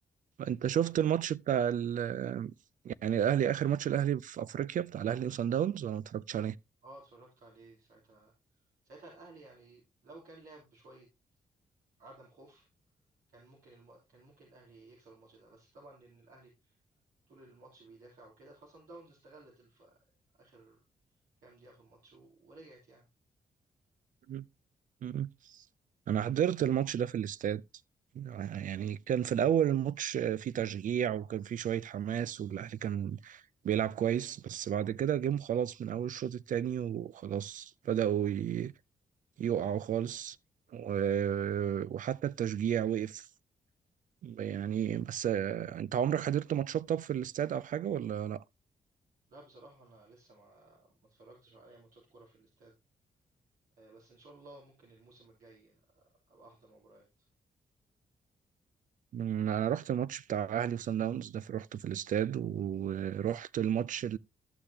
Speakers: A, on the right (about 65°); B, on the right (about 85°).
A: انت شفت الماتش بتاع ال... يعني الاهلي اخر ماتش الاهلي في افريقيا بتاع الاهلي وصن داونز ولا ما اتفرجتش
B: آه، اتفرّجت عليه ساعتها ساعتها الأهلي يعني لو كان لعب بشوية عدم خوف، كان ممكن الم كان ممكن الأهلي يكسب الماتش ده، بس طبعًا لإن الأهلي طول الماتش بيدافع وكده، فصن داونز استغلِّت الف آخر كام دقيقة في الماتش و... ورجعت يعني.
A: عليه؟ مم. انا حضرت الماتش ده في الاستاد يعني كان في الاول الماتش فيه تشجيع وكان فيه شوية حماس والاهلي كان بيلعب كويس بس بعد كده جم خلاص من اول الشوط التاني وخلاص بدأوا ي- يقعوا خالص و- وحتى التشجيع وقف يعني بس آه، انت عمرك حضرت ماتشات طب في الاستاد او حاجة ولا لا
B: لأ، بصراحة أنا لسه ما ما اتفرّجتش على أي ماتشات كورة في الاستاد، آآ، بس إن شاء الله ممكن الموسم الجاي أبقى أحضر مباريات.
A: من- انا رحت الماتش بتاع اهلي وصن داونز ده في- رحته في الاستاد ورحت الماتش